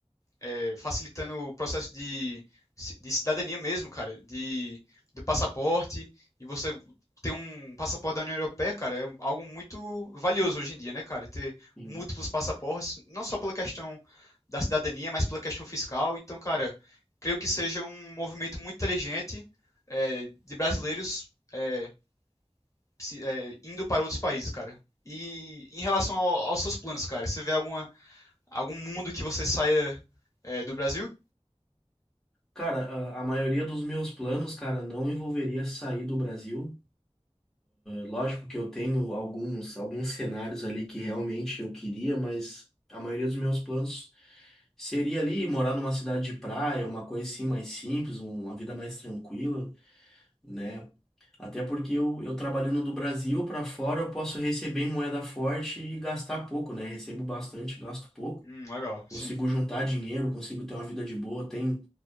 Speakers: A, on the left; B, in the centre.
A: é, facilitando o processo de, de cidadania mesmo, cara, de, do passaporte, e você ter um passaporte da União Europeia, cara, é algo muito valioso hoje em dia, né, cara? Ter
B: Sim.
A: múltiplos passaportes, não só pela questão da cidadania, mas pela questão fiscal. Então, cara, creio que seja um movimento muito inteligente é, de brasileiros é, se- é, indo para outros países, cara. E em relação ao, aos seus planos, cara, você vê alguma, algum mundo que você saia é, do Brasil?
B: Cara, a, a maioria dos meus planos, cara, não envolveria sair do Brasil. Lógico que eu tenho alguns, alguns cenários ali que realmente eu queria, mas a maioria dos meus planos seria ali morar numa cidade de praia, uma coisa assim mais simples, um, uma vida mais tranquila, né? Até porque eu, eu trabalhando do Brasil para fora, eu posso receber em moeda forte e gastar pouco, né? Recebo bastante, gasto pouco.
A: Hum, legal,
B: Consigo
A: sim.
B: juntar dinheiro, consigo ter uma vida de boa. Tem